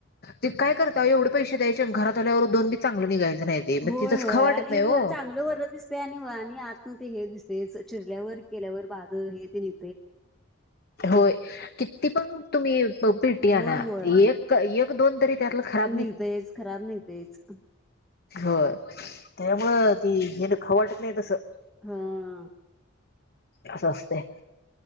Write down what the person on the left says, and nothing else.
ते काय करता एवढे पैसे द्यायचे घरात आल्यावर दोन बी चांगलं निघायचं नाही ते मग
तिथंच
खाऊ वाटत
नाही हो.
होय किती पण तुम्ही पीट्टी आना
एक एक दोन तरी त्यातलं खराब
होय त्यामुळ ती खाऊ वाटत नाही तसं.
अस असतय.